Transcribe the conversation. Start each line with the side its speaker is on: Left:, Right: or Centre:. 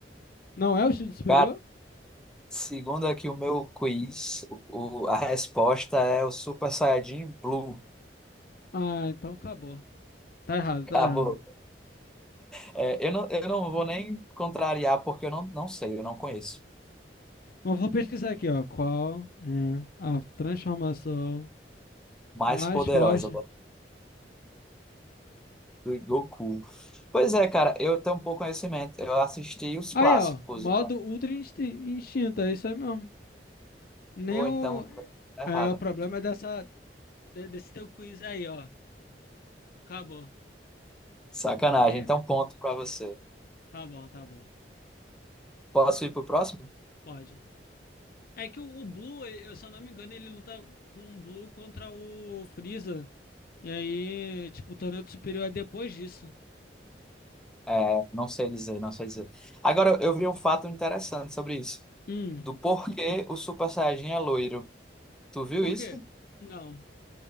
Left: Não é o instinto superior?
Centre: Cara, segundo aqui o meu quiz, o- a resposta é o Super Saiyajin Blue.
Left: Ah, então acabou. Tá errado, tá
Centre: Acabou.
Left: errado.
Centre: É, eu não, eu não vou nem contrariar, porque eu não, não sei, eu não conheço.
Left: Mas eu vou pesquisar aqui, ó. Qual é a transformação
Centre: Mais
Left: mais
Centre: poderosa
Left: forte?
Centre: do Goku. Pois é, cara, eu tenho um pouco conhecimento. Eu assisti os
Left: Aí,
Centre: clássicos.
Left: ó. Modo Ultra Insti- Instinto. É isso aí mesmo. Nem
Centre: Ou
Left: o.
Centre: então, coisa tá errada.
Left: É, o problema é dessa, de- desse teu quiz aí, ó. Acabou.
Centre: Sacanagem.
Left: Tem que rever.
Centre: Então, ponto pra você.
Left: Tá bom, tá bom.
Centre: Posso ir pro próximo?
Left: Pode. É que o, o Blue, eh, eu, se eu não me engano, ele luta com o Blue contra o Freeza. E aí, tipo, o torneio do superior é depois disso.
Centre: É, não sei dizer, não sei dizer. Agora, eu vi um fato interessante sobre isso.
Left: Hum,
Centre: Do porquê o Super Saiyajin é loiro. Tu viu
Left: por
Centre: isso?
Left: quê? Não.